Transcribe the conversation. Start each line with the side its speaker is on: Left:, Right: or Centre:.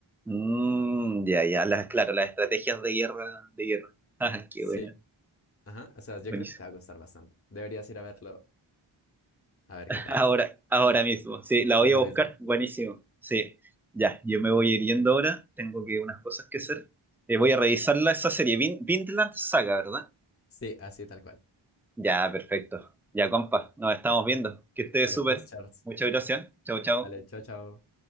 Centre: Mm, ya, ya, las, claro, las estrategias de guerra, de guerra. <laughs> Ah,
Left: Sí,
Centre: qué buena,
Left: ajá, o sea, yo
Centre: buenísimo.
Left: creo que te va a gustar bastante. Deberías ir a verlo, a ver qué tal.
Centre: Ahora, ahora mismo, sí, la
Left: Ahora
Centre: voy a buscar,
Left: mismo.
Centre: buenísimo, sí, ya, yo me voy a ir yendo ahora, tengo que unas cosas que hacer, Eh, voy a revisarla esa serie, Vin Vinland Saga, ¿verdad?
Left: Sí, así tal cual.
Centre: Ya, perfecto, ya compa, nos estamos viendo, que esté
Left: Dale
Centre: súper,
Left: pues, Charles.
Centre: muchas gracias, chao, chao.
Left: Dale, chao, chao.